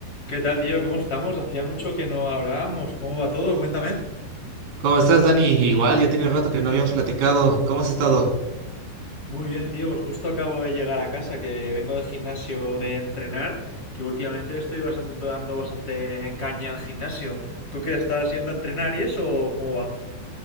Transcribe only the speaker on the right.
¿Cómo estás, Dani? Igual, ya tiene rato que no habíamos platicado. ¿Cómo has estado?